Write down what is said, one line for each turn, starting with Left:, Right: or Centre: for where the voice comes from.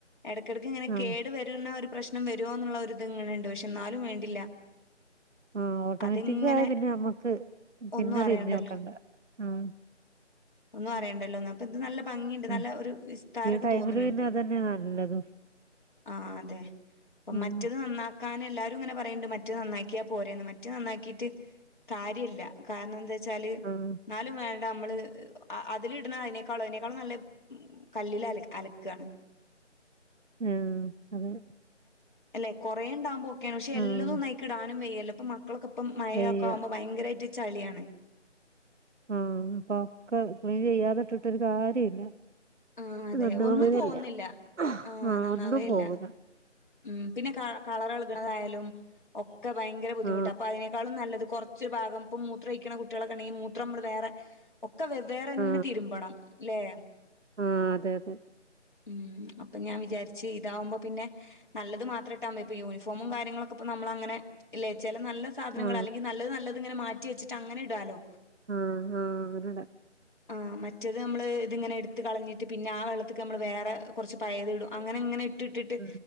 Left: ഇടയ്ക്കിടയ്ക്ക് ഇങ്ങനെ
Right: ആഹ്
Left: കേട് <unintelligible> ഒരു പ്രശ്നം വരുമോന്നുള്ള ഒരുരിത്ങ്ങനുണ്ട് പക്ഷെ എന്നാലും വേണ്ടില്ല.
Right: ആ ഓട്ടോമാറ്റിക്
Left: അതിങ്ങനെ
Right: ആയ പിന്നെ നമ്മക്ക് പിന്നെ
Left: ഒന്നും അറിയണ്ടല്ലോ
Right: തിരിഞ്ഞ് നോക്കണ്ട ആ
Left: ഒന്നും അറിയണ്ടല്ലോന്ന് അപ്പൊ ഇത് നല്ല ഭംഗിയണ്ട്
Right: ഉം
Left: നല്ല ഒരു വിസ്താരാക്കെ
Right: ഈ ടൈമില്
Left: തോന്നണണ്ട്
Right: പിന്നെ അതന്നെ <unintelligible>
Left: ആ അതെ അപ്പം
Right: ഉം
Left: മറ്റത് നന്നാക്കാൻ എല്ലാരും ഇങ്ങനെ <unintelligible> മറ്റെന്നന്നാക്കിയാൽ പോരെന്ന് മറ്റേ നന്നാക്കിട്ട് കാര്യല്ല കാരണഎന്താ <unintelligible> <unintelligible>
Right: ആഹ്
Left: നാലും <unintelligible> നമ്മള് അതില് ഇടുന്ന അയ്നേക്കാളും അയ്നേക്കാളും നല്ല കല്ലിൽ അല അലക്കാണ്
Right: ഉം അതെ
Left: അല്ലെ കൊറേ ടികുമ്പോൾ ഓക്കെയാണ് പക്ഷെ എല്ലതും
Right: ആഹ്
Left: <unintelligible> മക്കളൊക്കെപ്പം മഴയൊക്കെ
Right: വയ്യ
Left: ആമ്പോ ഭയങ്കരായിട്ട് ചളിയാണ്
Right: ആ അപ്പൊ ഒക്കെ ക്ലീൻ ചെയ്യാതിട്ടിട്ടൊരു കാര്യല്ലാ
Left: ആഹ് അതെ
Right: നന്നാവ്
Left: ഒന്നും പോകുന്നില്ല
Right: ല്യാ
Left: ആഹ്
Right: ആ
Left: നന്നാവേയില്ല
Right: ഒന്നും പോവൂല്ല
Left: ഉം പിന്നെ ക കളർഏളകണതായാലും ഒക്കെ ഭയങ്കര ബുദ്ധിമുട്ട്
Right: ആ
Left: അപ്പൊ അതിനേക്കാളും നല്ലത് കുറച്ചരു ഭാഗം ഇം മൂത്രം കഴിക്കുന്ന കുട്ടികളൊക്കെ ഉണ്ടെങ്കിൽ മൂത്രം നമ്മൾ വേറെ <unintelligible> ഒക്കെ വെവേറെന്നെ
Right: ആ
Left: തിരുമ്പണം ല്ലേ
Right: ആ അതെ അതെ
Left: ഉം അപ്പൊ ഞാൻ വിജാരിച്ച് ഇതാവുമ്പോ പിന്നെ നല്ലത് മാത്ര ഇട്ടാവുമ്പോ ഇപ്പോ യൂണിഫോമും കാര്യങ്ങളൊക്കെ ഇപ്പോ നമ്മള അങ്ങനെ ല്ലേ ചില നല്ല സാധനങ്ങൾ
Right: ആ
Left: അല്ലെങ്കിൽ നല്ലത് നല്ലത് ഇങ്ങന മാറ്റി വെച്ചിട്ട് അങ്ങനെ ഇടല്ലോ
Right: ആ ആ അങ്ങന്നെടാ
Left: ആ മറ്റേത് നമ്മള് ഇതിങ്ങനെ എടുത്ത് കളഞ്ഞിറ്റ് പിന്നെ ആ വെള്ളത്തിക്ക് നമ്മൾ വേറെ കുറച്ച് പയത് ഇടും അങ്ങനെ ഇങ്ങനെ ഇട്ടിട്ടിട്ട്
Right: ആ